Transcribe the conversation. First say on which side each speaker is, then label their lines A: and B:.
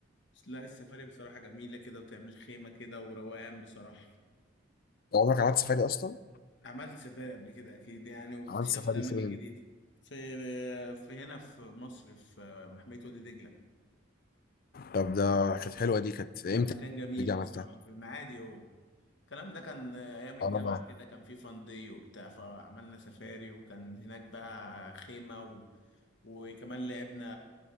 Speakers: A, on the left; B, on the left.
A: بس لا السفاري بصراحة جميلة كده وتعمل خيمة كده وروقان بصراحة
B: عمرك عملت سفاري اصلا؟
A: عملت سفاري قبل كده أكيد يعني واكتشفت
B: عملت سفاري
A: أماكن
B: فين؟
A: جديدة في في هنا في مصر في محمية وادي دجلة
B: طب ده كانت حلوه دي كانت امتى
A: كان مكان جميل
B: دي عملتها؟
A: بصراحة في المعادي هو الكلام ده كان ايام الجامعه
B: اه
A: كده كان في فان داي وبتاع فعملنا سفاري وكان هناك بقى خيمه وكمان لعبنا